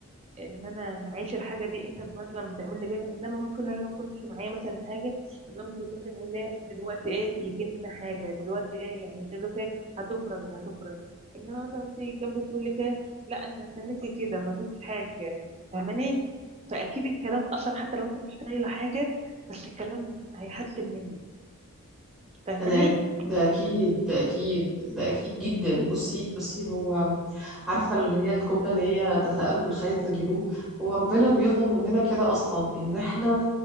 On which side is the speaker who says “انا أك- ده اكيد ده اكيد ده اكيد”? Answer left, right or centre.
Centre